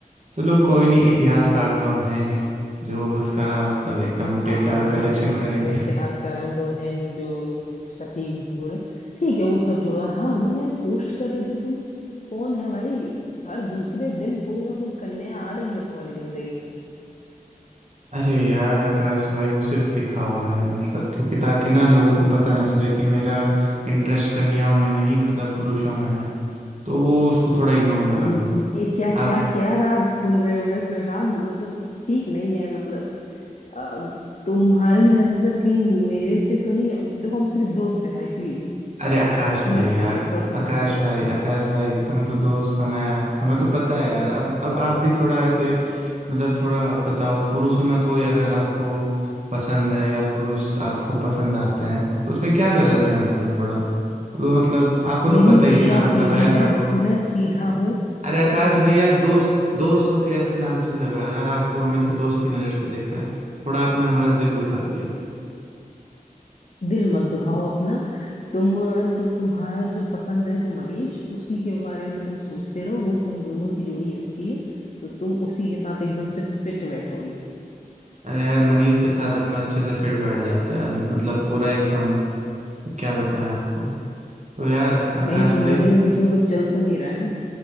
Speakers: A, on the right; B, on the left.
A: चलो कोई नहीं इतिहासकार तो हम है नहीं जो इसका मतलब एकदम
B: हाँ
A: डेटा
B: वही
A: कलेक्शन
B: तो बात
A: करेंगे
B: है इतिहासकार हम लोग है नहीं जो एकदम से सटीक बोले ठीक है वो सब छोड़ो और हाँ वो यार पोस्ट कर रहे थे तुम कौन है भाई हर दूसरे दिन कोई ना कोई कन्या आ रही है तुम्हारी जिंदगी में
A: अरे यार आकाश भाई वो सिर्फ दिखा हुआ है मतलब क्योंकि ताकि ना लोगों को पता ना चले कि मेरा इंटरेस्ट कन्याओं में नहीं मतलब पुरुषों में है तो वो उसको थोड़ा इग्नोर मारा
B: ये
A: करो
B: ये क्या
A: आप
B: क्या क्या राज खोल रहे हो भाई प्रशांत मतलब ठीक नहीं है मतलब अब तुम्हारी नजर कहीं मेरे पे तो नहीं है? देखो हम सिर्फ दोस्त हैं भाई प्लीज
A: अरे आकाश
B: प्लीज
A: भाई यार
B: भाई ये थोड़ा समझा
A: आकाश
B: करो
A: भाई
B: थोड़ा
A: आकाश भाई तुम तो दोस्त हो ना यार तुम्हें तो पता है यार अब अब आप भी थोड़ा ऐसे मतलब थोड़ा अब बताओ पुरुषों में कोई अगर आपको पसंद है या पुरुष आपको पसंद आते हैं तो उसमें क्या गलत है मतलब थोड़ा तो मतलब आपको
B: मेरी
A: तो पता ही
B: दिशा
A: है ना
B: सीधी
A: बताया
B: है
A: था आपको
B: मैं सीधा हूँ
A: अरे आकाश
B: और मैं सीधा
A: भाई यार
B: चलता
A: दोस्त
B: हूँ
A: दोस्त हो के ऐसे लांछन लगा रहा है यार आपको हमेशा दोस्त की नज़र से देखा है थोड़ा आपने हमारा दिल दुखा दिया
B: दिल मत दुखाओ अपना तुम तुम्हारा जो पसंद है जो मनीष उसी के बारे में तुम सोचते रहो वो तुम दोनों की जोड़ी अच्छी है तो तुम उसी के साथ एकदम से फिट बैठोगे
A: अरे यार मनीष के साथ अपना अच्छे से फिट बैठ जाता है मतलब पूरा एकदम तो क्या बताएं आपको तो यार आकाश
B: कहीं तुम
A: भाई
B: दोनों के बीच में कुछ चल तो नहीं रहा है ना